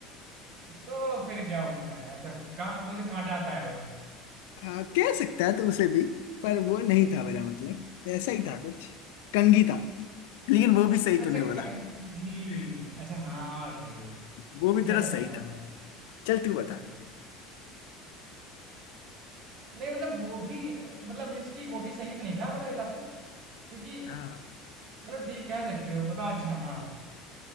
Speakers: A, on the right; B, on the left.
A: तो फिर क्या उसमें अच्छा का वो जो कांटा आता है वो
B: आ, कह सकता है तो उसे भी पर वो नहीं था मेरा मतलब ऐसा ही था कुछ कंघी था लेकिन वो भी सही
A: अच्छा
B: तूने बोला
A: कंघी
B: <coughs>
A: अच्छा हाँ वे
B: वो भी
A: ये
B: तेरा
A: अच्छा
B: सही
A: था
B: था
A: मतलब
B: चल तू बता
A: हाँ। नहीं मतलब वो भी मतलब मीन्स की वो भी सही तो नहीं था मतलब मेरे हिसाब से क्योंकि
B: हाँ
A: चलो ठीक कह सकते हो बताओ अच्छा हाँ